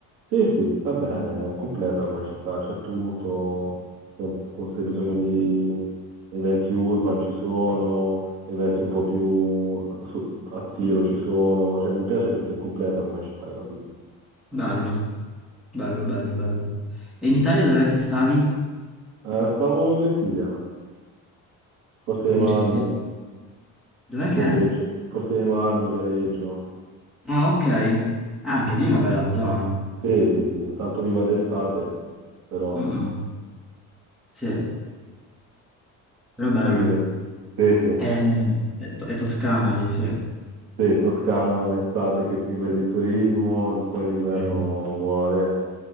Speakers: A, on the right; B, in the centre.
A: Sì, sì, sta bene, è completa come città, c'è tutto, se se hai bisogno di eventi urban ci sono, eventi un po' più so- a tiro ci sono, cioè mi piace perché è completa come città, capito?
B: Bello, bello, bello, bello. E in
A: Mm.
B: Italia dov'è che stavi?
A: Eh, stavo in Versilia, Forte
B: A
A: dei
B: Versailles.
A: Marmi,
B: Dov'è
A: Viareggio,
B: che è?
A: Forte dei Marmi, Viareggio,
B: Ah, ok. Ah, anche lì è una bella zona.
A: sì, sì, sì, tanto viva d'estate, però,
B: Mm, mm. Sì. però è bello.
A: capito? Sì, sì.
B: È, Eh, è to- è Toscana lì, sì. mm,
A: Sì, Toscana, l'estate che vive di turismo, poi d'inverno
B: mm.
A: muore.